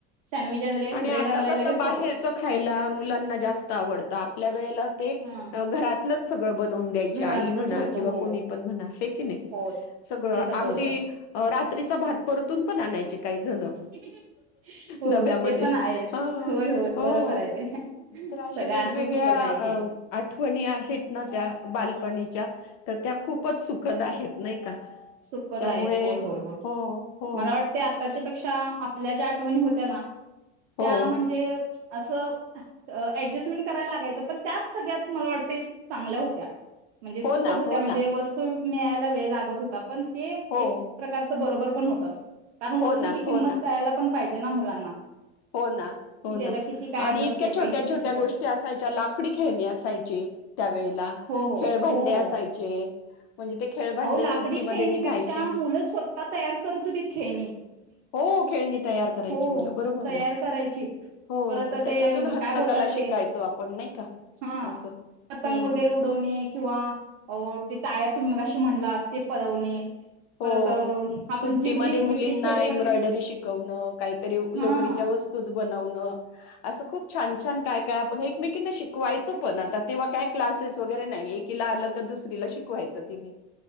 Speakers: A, on the right; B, on the left.
A: सँडविच आणले
B: आणि
A: ब्रेड
B: आता
A: आणलाय
B: कस
A: लगेच
B: बाहेरच
A: फोटो
B: खायला मुलांना जास्त आवडतं आपल्या वेळेला ते
A: हा
B: घरातलंच सगळं बनवून द्यायची
A: घरातलंच
B: आई म्हणा
A: होतं
B: किंवा
A: हो
B: कोणी पण म्हणा हे की नाही
A: हो
B: सगळं
A: ते
B: अगदी
A: होतं
B: रात्रीचा भात परतून पण आणायचे काही जण
A: हो
B: डब्यामध्ये
A: ते पण आहेच
B: हो
A: होय होय बरोबर आहे ते सगळं
B: तर अशे वेगवेगळ्या
A: असंच होतं लाईफ हे
B: आठवणी आहेत ना त्या बालपणीच्या तर त्या खूपच सुखद आहेत नाही का
A: सुखद
B: त्यामुळे
A: आहेत होय होय होय
B: हो हो
A: मला वाटते आताच्या पेक्षा आपल्या ज्या आठवणी होत्या ना
B: हो
A: त्या म्हणजे असं ऍडजेस्टमेंट करायला लागायचं पण त्याच सगळ्यात मला वाटतं चांगल्या होत्या म्हणजे सुखद
B: हो ना
A: होत्या
B: हो
A: म्हणजे
B: ना
A: वस्तू मिळायला वेळ लागत होता पण ते
B: हो
A: एक प्रकारच बरोबर पण होत तर कारण
B: हो
A: वस्तूची
B: ना
A: किंमत
B: हो ना
A: कळायला पण पाहिजे ना मुलांना
B: हो ना हो
A: कि त्याला
B: ना
A: किती काय
B: आणि
A: बसते
B: इतक्या छोट्या
A: पैसे
B: छोट्या
A: किती बसते
B: गोष्टी असायच्या लाकडी खेळणी असायची त्यावेेळेला
A: हो हो
B: खेळभंडे
A: हो हो
B: असायचे म्हणजे ते खेळभांडे
A: अहो लाकडी
B: सुट्टीमध्ये
A: खेळणीपेक्षा
B: निघायचे
A: मुलं स्वतः तयार करत होतीत खेळणी
B: हो खेळणी तयार करायची
A: हो
B: मुलं बरोबर
A: तयार
B: ना
A: करायची
B: हो
A: परत
B: त्याच्यातून
A: ते
B: हस्तकला
A: काय बोलतात
B: शिकायचो
A: ते
B: आपण नाही का
A: हा
B: असं
A: पतंग
B: हम्
A: वगैरे उडवणे किंवा ओ ती ताया तून मगाशी लागते पळवणे
B: हो
A: परत आपण
B: सुट्टीमध्ये
A: जिबली
B: मुलींना
A: जिबली खेळ
B: एम्ब्रॉयडरी
A: पण
B: शिकवण काहीतरी
A: हा
B: लोकरीच्या वस्तू बनवणं असं खूप छान छान काय काय आपण एकमेकींना किती शिकवायचो पण आता तेव्हा काय क्लासेस वगैरे नाही एकीला आलं तर दुसरीला शिकवायच तिने